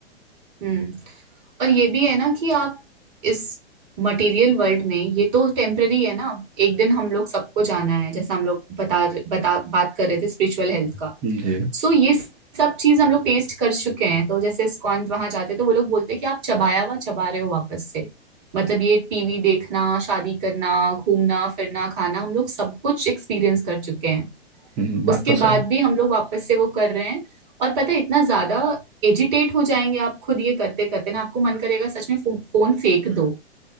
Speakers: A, on the right; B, on the right.
A: हम्म और ये भी है ना कि आप इस मटेरियल वर्ल्ड में ये तो टेम्पररी है ना एक दिन हम लोग सबको जाना है जैसे हम लोग बता बता बात कर रहे थे स्पिरिचुअल हेल्थ का
B: जी
A: सो ये सब चीज हम लोग टेस्ट कर चुके हैं तो जैसे इस्कॉन वहां जाते हैं तो वो लोग बोलते हैं कि आप चबाया हुआ चबा रहे हो वापस से मतलब ये टीवी देखना शादी करना घूमना फिरना खाना हम लोग सब कुछ एक्सपीरियंस कर चुके हैं
B: हम्म, बात
A: उसके
B: तो सही
A: बाद भी हम लोग वापस से वो कर रहे हैं और पता है इतना ज्यादा एजिटेट हो जाएंगे आप खुद ये करते करते ना आपको मन करेगा सच में फो, फोन फेंक दो